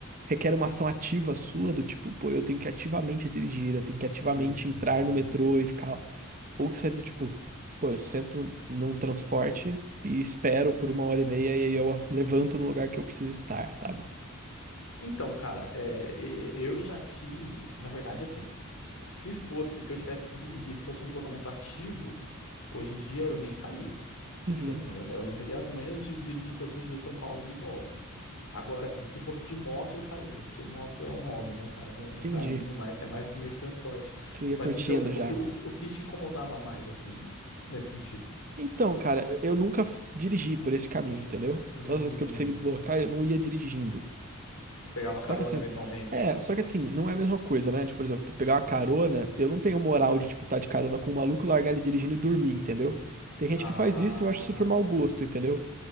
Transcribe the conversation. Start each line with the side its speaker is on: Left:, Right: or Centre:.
Right: requer uma ação ativa sua, do tipo, pô, eu tenho que ativamente dirigir, eu tenho que ativamente
Left: uhum.
Right: entrar no metrô e ficar lá. Ou se é do tipo, pô, eu sento num transporte e espero por uma hora e meia e aí eu levanto no lugar que eu preciso estar, sabe?
Left: Então, cara, é, e- eu já tive, na verdade, assim. se fosse, se eu tivesse que dirigir, se fosse um deslocamento ativo, hoje em dia eu nem faria. Do
Right: Uhum,
Left: tipo assim, eu, eu não teria as manhas de dirigir todos os dias São Paulo e de volta. Agora, assim, se fosse de moto, eu faria, porque moto é um hobby, né, cara? Né?
Right: entendi.
Left: Para mim é mais, é mais do que um meio de transporte.
Right: Tu ia
Left: Mas
Right: curtindo
Left: no seu, ca-
Right: já.
Left: o que, o que, o que te incomodava mais, assim, nesse sentido?
Right: Então, cara, eu nunca f- dirigi por esse caminho, entendeu?
Left: Hum,
Right: Todas as vezes que eu precisei me deslocar, eu não ia dirigindo.
Left: você pegava
Right: Só
Left: carona
Right: que assim,
Left: eventualmente?
Right: é, só que assim, não é a mesma coisa, né? Tipo, por exemplo, pegar uma carona, eu não tenho moral de, tipo, tá de carona com um maluco, largar ele dirigindo e dormir, entendeu? Tem gente
Left: Ah,
Right: que faz isso e eu acho super mau
Left: sim.
Right: gosto, entendeu?